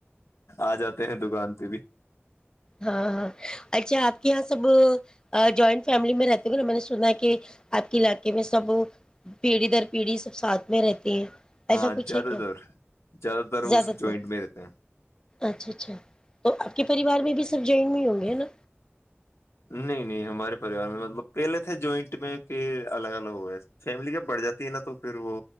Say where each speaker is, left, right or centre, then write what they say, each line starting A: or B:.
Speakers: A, on the left (about 80°); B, on the left (about 20°).
A: آ جاتے ہیں دکان پہ بھی
B: ہاں ہاں اچھا آپ کے یہاں سب جوائنٹ فیملی میں رہتے گ نا میں نے سنا ہے کہ آپ کے علاقے میں سب پیڑھی در پیڑھی سب ساتتھ میں رہتے ہیں
A: ہاں
B: ایسا کچھ
A: زیادہ
B: ہے کیا
A: تر تر اس
B: زیادہ
A: جوائنٹ
B: تر
A: میں رہتے ہیں
B: اچھا اچھا تو آپ کے پریوار میں بھی سرف جن میں ہی ہوں گے ہے نا
A: نہیں نہیں ہمارے پریوار میں مطلب پہلے تھے جوائنٹ میں پھر الگ الگ ہوئے فیملی جب بڑھ جاتی ہے نا تو پھر وہ